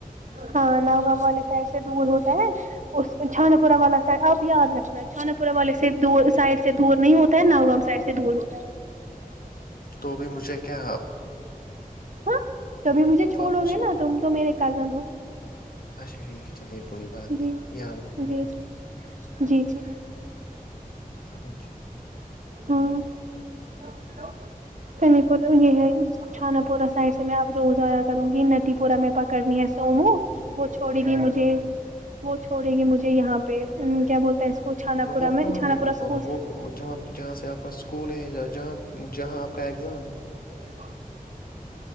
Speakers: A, on the right; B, on the left.
A: ہاں نؤ گاؤں والے پسے دور ہوتا ہے نا اس چھانا پورا والا سائڈ آپ یاد رکھنا ہے چھانا پورہ والے سے سائڈ سے دور نہیں ہوتا نوگام سائڈ سے دور ہوتا ہے
B: تو بھی مجھے کیا
A: ہاں کبھی مجھے چھوڑو
B: تو آپ مجھے
A: گے نا تم تو میرے کزن ہو
B: اچھا ٹھیک ہے چلیے کوئی بات
A: جی
B: نہیں یاد رکھوں
A: جی
B: گا
A: جی جی
B: ہا جی
A: ہاں <unintelligible>
B: <inaudible>
A: کنی پور یہ ہے چھانا پورا سائڈ سے میں اب روز آیا کروں گی نٹی پورہ میں پکڑنی ہے سومو وہ چھوڑے گی
B: ہاں
A: مجھے وہ چھوڑے گی مجھے یہاں پہ کیا بولتا ہے چھانا
B: مطلب
A: پورا میں
B: کہاں
A: چھانا
B: نٹی
A: پورا اسکول
B: پورہ وہ جہاں جہاں سے آپ کا اسکول ہے جہاں جہاں آپ کا اگزام ہے
A: یہ کون